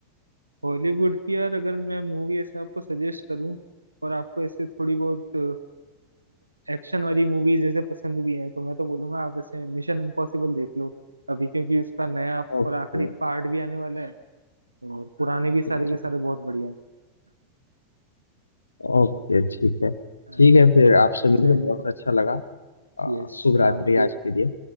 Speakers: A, on the right (about 80°); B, on the left (about 80°).
A: हॉलीवुड की यार अगर मैं मूवी ऐसे आपको सजेस्ट करूं और आपको ऐसे थोड़ी बहुत एक्शन वाली मूवीज जैसे पसंद भी हैं तो मैं तो बोलूंगा आप ऐसे मिशन इम्पॉसिबल देख लो अभी क्योंकि उसका नया
B: ओके
A: और आखिरी पार्ट भी आने वाला है और पुराने भी सारे
B: ठीक ठीक
A: के सारे बहुत बढ़िया हैं
B: ओके ठीक है ठीक
A: हाँ जी
B: है फिर आपसे मिलकर
A: चलिए
B: बहुत अच्छा लगा अ,
A: यस
B: शुभ रात्रि
A: आपके
B: आज के लिए